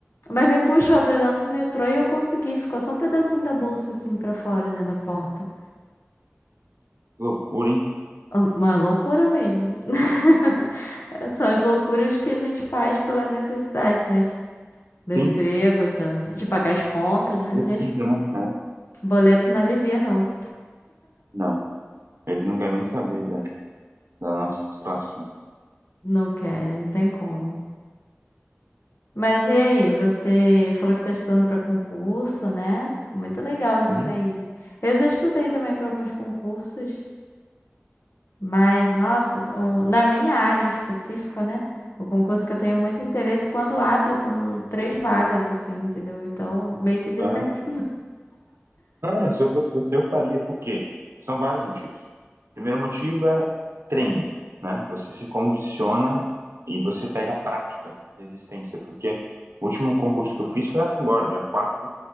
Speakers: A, on the left (about 70°); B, on the right (about 75°).
A: Mas me puxou pra dentro do metrô e eu consegui. Ficou só um pedacinho da bolsa assim pra fora, né? Da porta.
B: que loucura, hein?
A: Ah, Uma loucura mesmo. <laughs> São as loucuras que a gente faz pela necessidade, né? do emprego,
B: Sim,
A: da- de pagar as contas, né?
B: precisa,
A: Gente,
B: né? É,
A: boleto não alivia, não.
B: Não, eles não querem nem saber da, da nossa situação.
A: Não querem, não tem como. Mas e aí, você falou que tá estudando para concurso, né? Muito legal isso
B: Uhum,
A: daí. Eu já estudei também para alguns concursos, mas nossa, o- na minha área em específico, né? O concurso que eu tenho muito interesse, quando abre, são três vagas, assim, entendeu? Então, meio que desanima.
B: aham. Não, mas se eu fosse você, eu faria. Por quê? São vários motivos. Primeiro motivo é treino, né? Você se condiciona e você pega prática, resistência, porque o último concurso que eu fiz foi agora, dia quatro